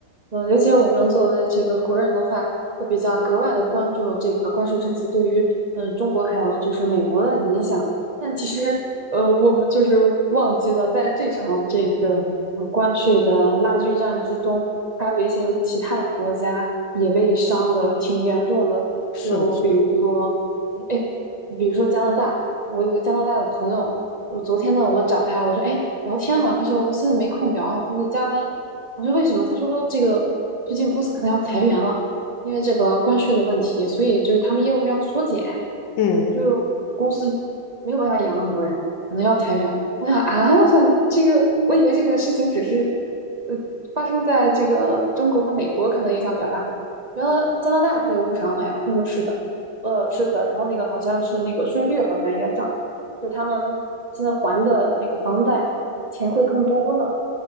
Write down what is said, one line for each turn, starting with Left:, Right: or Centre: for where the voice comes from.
Right: 嗯、尤其我们作为这个国人的话，会比较格外的关注这个关税政策对于，嗯、中国还有就是美国的影响。但其实，呃，我们就是忘记了，在这场这个呃关税的拉锯战之中，还有一些其他的国家也被伤的挺严重的，
Left: 是的，
Right: 就比如说，
Left: 是的，
Right: 哎，哎比如说加拿大，我有个加拿大的朋友。我昨天呢，我找他，我说，哎，聊天嘛，他说我现在没空聊，我在加班。我说为什么？他说这个最近公司可能要裁员了，因为这个关税的问题，所以就是他们业务量缩减，
Left: 嗯。
Right: 就公司没有办法养那么多人了，可能要裁员。我想啊，我想这个，我以为这个事情只是呃发生在这个中国和美国，可能影响比较大，原来加拿大也被误伤了呀。他说是的，呃，是的，然后那个好像是那个税率好像也涨了。就他们现在还的那个房贷钱会更多了，